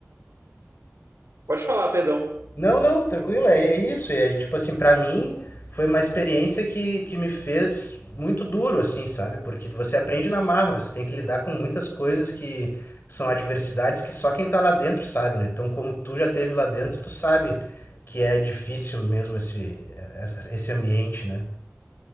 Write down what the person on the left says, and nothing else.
Não, não, tranquilo, é, é isso. É, tipo assim, pra mim foi uma experiência que, que me fez muito duro, assim, sabe? Porque você aprende na marra, você tem que lidar com muitas coisas que são adversidades que só quem tá lá dentro sabe, né? Então, como tu já teve lá dentro, tu sabe que é difícil mesmo esse, esse ambiente, né?